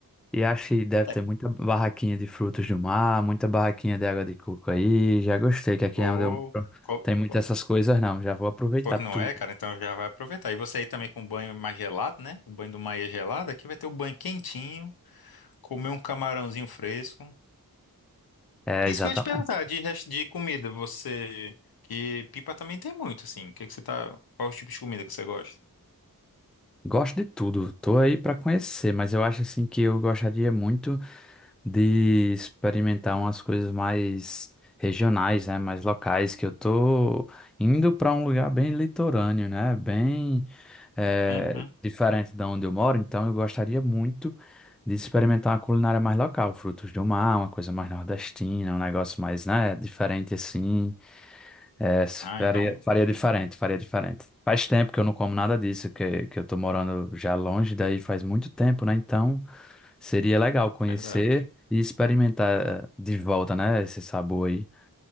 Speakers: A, in the centre; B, on the left (about 80°).
A: E acho que deve
B: É.
A: ter muita barraquinha de frutos do mar, muita barraquinha de água de coco aí. Já gostei, que aqui
B: Vou-
A: é onde eu moro
B: co-
A: tem muitas
B: co-
A: essas coisas, não. Já vou aproveitar
B: Pois
A: tudo.
B: não é, cara, então já vai aproveitar. E você aí também com o banho mais gelado, né? O banho do mar é gelado, aqui vai ter o banho quentinho, comer um camarãozinho fresco.
A: É,
B: Isso
A: exatamente.
B: que eu ia te perguntar, de, res- de comida, você. Que pipa também tem muito, assim. O que que você tá. Qual o tipo de comida que você gosta?
A: Gosto de tudo, tô aí pra conhecer, mas eu acho assim que eu gostaria muito. de experimentar umas coisas mais regionais, né, mais locais, que eu tô indo para um lugar bem litorâneo, né, bem eh,
B: Uhum.
A: diferente da onde eu moro, então eu gostaria muito de experimentar uma culinária mais local, frutos do mar, uma coisa mais nordestina, um negócio mais, né, diferente assim, eh,
B: Ah,
A: faria,
B: então.
A: faria diferente, faria diferente. Faz tempo que eu não como nada disso, que, que eu tô morando já longe daí faz muito tempo, né, então... Seria legal conhecer
B: Verdade.
A: e experimentar eh, de volta, né? Esse sabor aí.